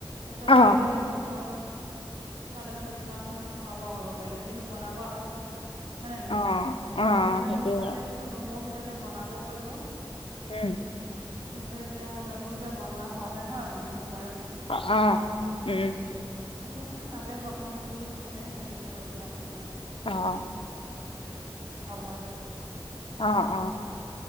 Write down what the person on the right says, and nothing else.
তাৰপিছত
কাৰ সোৱদ সদ চোগান খত খোৱা বোৱা কৰিব পাৰিলে কিন্তু বনাব আকৌ ক'ত হয় নে নহয়
সেইটো কাৰণে মানে তাতে
চব ৰুমৰ ভিতৰতে বনাবও পাৰিব
সিহতো এতিয়া নতুন কেে বনোৱা হয় হয় মানুহ হয়
সেইটো কাৰণে তাতে বনাব বুলি তাতে হেৰিটো কছা মানে
পব আৰু